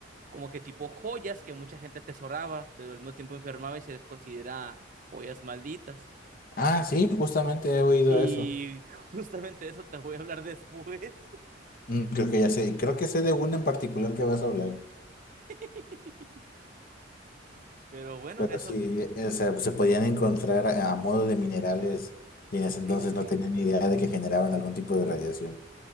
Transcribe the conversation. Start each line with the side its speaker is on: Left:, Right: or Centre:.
Right: como que tipo joyas que mucha gente atesoraba, pero al mismo tiempo enfermaba y se les considera joyas malditas.
Left: Ah, sí, justamente he oído
Right: Y
Left: eso.
Right: <laughs> justamente de eso te voy a hablar después.
Left: Mm, Creo que ya sé, creo que sé de una en particular que vas a hablar.
Right: <laughs> Pero bueno,
Left: Pero
Right: eso,
Left: sí, eh, o sea, se podían encontrar a, a modo de minerales y en ese
Right: sí,
Left: entonces
Right: sí, sí.
Left: no tenían ni idea de que generaban algún tipo de radiación.